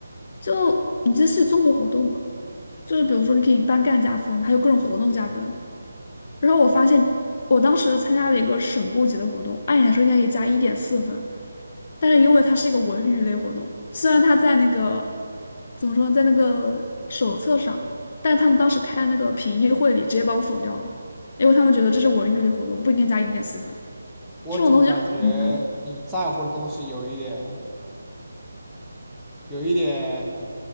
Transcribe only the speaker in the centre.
我总感觉你在乎的东西有一点。
有一点